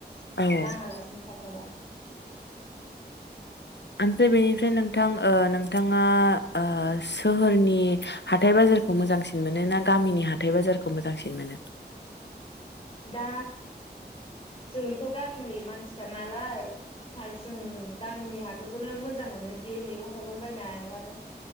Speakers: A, on the left; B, on the left.
A: औ
B: नाङालासिनो थाब अ।
A: ओमफ्राय बेनिफ्राय नोंथां ओ नोंथाङा ओ सोहोरनि नि हाथाय बाजारखौ मोजांसिन मोनो ना गामिनि हाथाय बाजारखौ मोजांसिन मोनो?
B: दा जोंथ' गामिनि मानसिखा नालाय जों गामिनि हााथाइखौनो मोजां मोनो। बे मैगं थाइगं बायनाय आरो